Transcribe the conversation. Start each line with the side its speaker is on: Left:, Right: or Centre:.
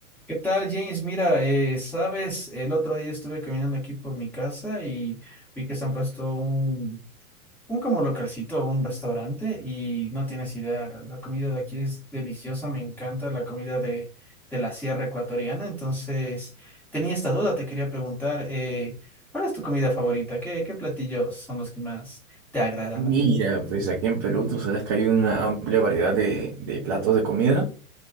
Centre: ¿Qué tal, James? Mira, eh, sabes, el otro día estuve caminando aquí por mi casa y vi que se han puesto un, un como localcito, un restaurante y no tienes idea, la comida de aquí es deliciosa, me encanta la comida de, de la sierra ecuatoriana, entonces tenía esta duda, te quería preguntar, eh, ¿cuál es tu comida favorita? ¿Qué, qué platillos son los que más te agradan
Right: Mira,
Centre: a ti?
Right: pues aquí en Perú tú sabes que hay una amplia variedad de, de platos de comida.